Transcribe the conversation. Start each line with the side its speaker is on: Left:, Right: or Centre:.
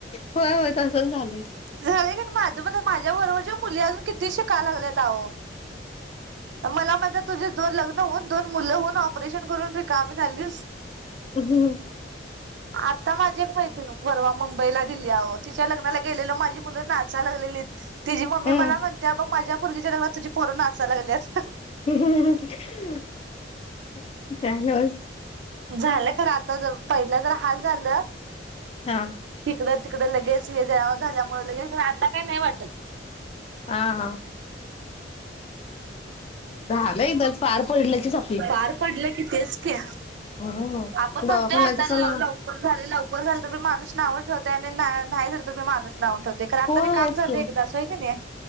Left: होय होय तसच झालं
Right: झालं माझं मण माझ्या बरोबरच्या मुली अजून किती किती शिकल्यात अहो मला म्हणता, तुझे दोन लग्न होऊन दोन मु होऊन ऑपरेशन करून रिकामी झाली,
Left: हम्
Right: आता माझी एक माैत्री परवा मम्मी बला दिली तिच्या लग्नाला गेलेल माझी मुलं नाचा लागलेलीत तिी मम्मी
Left: हम्म
Right: मला म्हणते्या बघ माझ्या मुलगीच्या लग्ना तुझी पोरो नाचायला लागली अस.
Left: <unintelligible>
Right: झालं खरं आता ज पहिला तर हाल झालं
Left: हा
Right: तिकड, तिकडे लगेच हे झाल्यामुळे लगेच आता काही नाही वाटत
Left: हा हा झालं एक पार पडलं की संपलं.
Right: पार पडलं की तेच क
Left: हो
Right: आपण म्हणतोय
Left: दवाखान्याच
Right: आताला
Left: पण
Right: लवकर झाले लवकर झालं तरण माणस नाव ठवतय. नाही नाही झालं तर मी माणूस नाऊठवते रातरी
Left: होयच
Right: काम झालं
Left: की
Right: एकदाास होय का नाही,